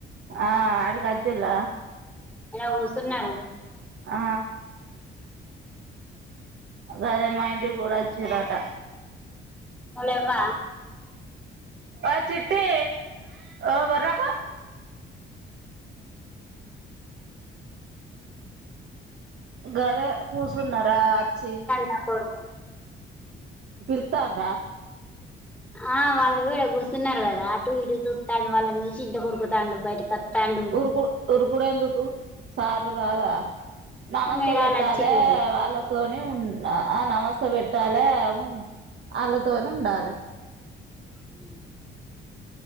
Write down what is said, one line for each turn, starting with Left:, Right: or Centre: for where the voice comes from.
Right: ఆ ఆడికచ్చిల్ల
Centre: ఈడ కూసున్నరు.
Right: ఆ గదే మా ఇంటి కూడా అచ్చిరాట
Centre: నువ్వు లేవ్వా
Right: ఒ చిట్టి ఒ వొర్రకు గదె కూర్చున్నరా అచ్చి
Centre: నా కొడుకు
Right: పిల్తాండ్రా
Centre: ఆ వాళ్ళు ఈడ కుసున్నరు కదా అటు ఇటు చుస్తాండు, వాళ్ళను చూసి ఇంట్లకి ఉరుకుతాండు, బయటకి వత్తాండు
Right: ఉరుకు ఉరుకుడు ఎందుకు సార్లు కాదా నమస్తే
Centre: మేడాలు
Right: పెట్టాలె
Centre: వచ్చింది కదా
Right: వాళ్ళతో అని ఉన్న ఆ నమస్తే పెట్టాలె ఉన్న అళ్ళతోని ఉండాలె.
Centre: ఉ